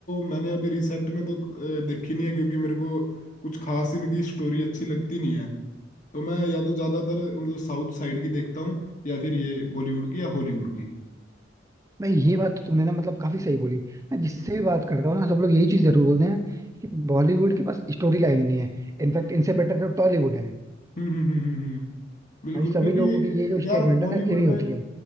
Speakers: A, on the left; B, on the right.
A: मैंने अभी रिसेंट में तो अ, देखी नहीं है क्योंकि मेरे को कुछ खास इनकी स्टोरी अच्छी लगती नहीं है तो मैं या तो ज्यादातर मतलब साउथ साइड की देखता हूँ या फिर ये बॉलीवुड की या हॉलीवुड की
B: मैं ये बात तो तुमने ना मतलब काफी सही बोली मैं जिससे
A: हम्म
B: भी बात करता हूँ ना सब लोग यही चीज जरूर बोलते हैं कि बॉलीवुड के पास स्टोरी लाइन ही नहीं है इनफैक्ट
A: हम्म
B: इनसे बेटर तो टॉलीवुड है
A: हम्म हम्म हम्म, हम्म, हम्म, हम्म। बिल्कुल
B: भाई सभी
A: क्योंकि
B: लोगों की ये जो स्टेटमेंट
A: यार बॉलीवुड
B: है ना सेम ही होती
A: में
B: है